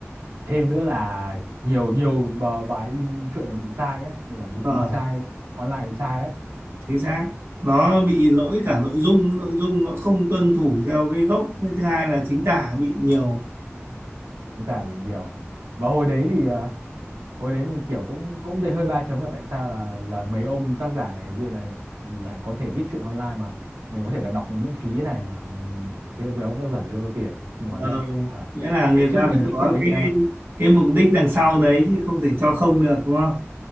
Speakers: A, on the right; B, on the right.
A: thêm nữa là nhiều nhiều bờ- bài in truyện là bị sai á nhiều bản dịch
B: rồi
A: thì bị sai online bị sai đấy
B: chính xác nó bị lỗi cả nội dung nội dung nó không tuân thủ theo cái gốc với thứ hai là chính tả bị nhiều
A: Dũng cảm mình nhiều và hồi đấy thì à, hồi đấy mình kiểu cũng cũng thấy hơi ba chấm là tại sao là là mấy ông tác giả này bây giờ lại lại có thể viết truyện online mà mình có thể đọc đọc miễn phí thế này mà ừm, thế mấy ông tác giả lấy đâu ra tiền cùng hóa
B: Ờ,
A: ra là
B: nghĩa là người
A: ngày trước
B: ta
A: ngày
B: phải
A: trước
B: có
A: chưa có như
B: cái
A: thế này
B: cái mục đích đằng sau đấy chứ không thể cho không được đúng không